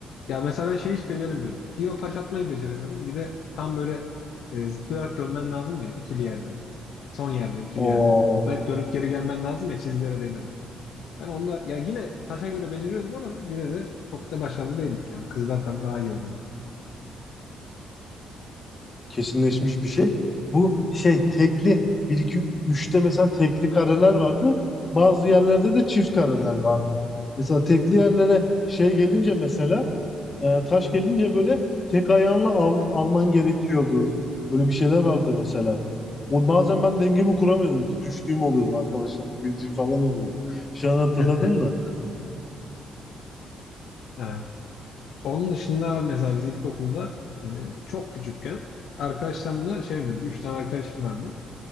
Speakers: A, on the left; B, on the left.
A: Ya mesela ben şeyi hiç beceremiyordum. Bir o taş atmayı beceremiyordum. Bir de tam böyle e, zıplayarak dönmen lazım ya ikili yerde. Son yerde ikili
B: O
A: yerde. Zıplayıp dönüp geri gelmen lazım ya çizgilere değmeden. Ben onunla ya yine taşa göre beceriyordum ama yine de çok da başarılı değildik yani. Kızlar tabii daha iyi oynuyordu.
B: kesinleşmiş bir şey. Bu şey tekli bir 2 üçte mesela tekli kareler vardı. Bazı yerlerde de çift kareler vardı. Mesela tekli yerlere şey gelince mesela e, taş gelince böyle tek ayağınla al, alman gerekiyordu. Böyle bir şeyler vardı mesela. O bazen ben dengemi kuramıyordum. Düştüğüm oluyordu arkadaşlarım. Güldüğüm falan oluyordu. Şu an hatırladım
A: <laughs>
B: da.
A: Yani onun dışında mesela biz ilkokulda e, çok küçükken arkadaşlarımla şey oynuyorduk. Üç tane arkadaşım vardı.